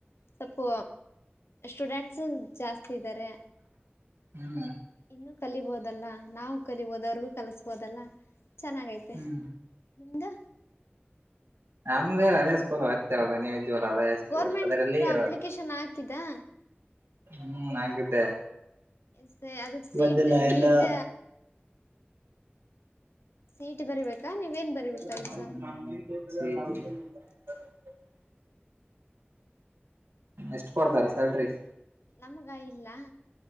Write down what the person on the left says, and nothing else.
ಸ್ವಪು ಸ್ಟೂಡೆಂಟ್ಸ್ ಜಾಸ್ತಿ ಇದ್ದಾರೆ
ಇನ್ನು ಕಲಿಬೋದಲ್ಲಾ ನಾವು ಕಲಿಬೋದು ಅವ್ರಿಗೂ ಕಲಸ್ಬೋದಲ್ಲ ಚೆನ್ನಾಗೈತಿ
ಮತ್ತೆ ನಿಮ್ದ
ಗೋರ್ಮೆಂಟ್
ಅಪ್ಲಿಕೇಶನ್ ಹಾಕಿದಾ
ಸ ಅದಕ್ಕೆ ಸೀಟ್
ನೀಟ್ ಸೀಟ್ ಬರಿಬೇಕಾ ನೀವೇನ್ ಬರಿಬೇಕಾ
ಎಕ್ಸಾಮ್
ನಮ್ಗ ಇಲ್ಲ